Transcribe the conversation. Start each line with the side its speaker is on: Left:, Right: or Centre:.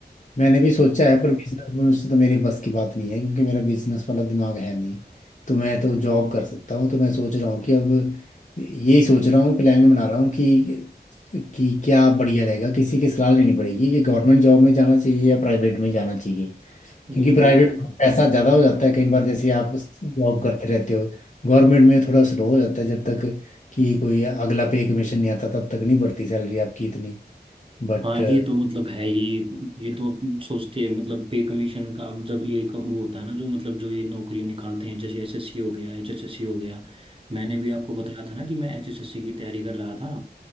Left: मैंने भी सोचा
Right: बिल्कुल
Left: है पर बिजनेस से तो मेरे बस की बात नहीं है क्योंकि मेरा बिजनेस वाला दिमाग है नहीं तो मैं तो जॉब कर सकता हूँ तो मैं सोच रहा हूँ कि अब यही सोच रहा हूँ प्लान बना रहा हूँ कि कि क्या बढ़िया रहेगा किसी की सलाह लेनी पड़ेगी कि गवर्नमेंट जॉब में जाना चाहिए या प्राइवेट में जाना चाहिए क्योंकि
Right: बिल्कुल
Left: प्राइवेट में पैसा ज़्यादा हो जाता है कई बार जैसे आप जॉब करते रहते हो गवर्नमेंट में थोड़ा स्लो हो जाता है जब तक कि कोई अगला पे कमीशन नहीं आता तब तक नहीं बढ़ती सैलरी आपकी इतनी बट
Right: हाँ ये तो मतलब है ही ये तो अपन सोचते हैं मतलब पे कमीशन का जब ये कम वो होता है ना जो मतलब जो ये नौकरी निकालते हैं जैसे एसएससी हो गया एचएसएससी हो गया मैंने भी आपको बताया था ना कि मैं एचएसएससी की तैयारी कर रहा था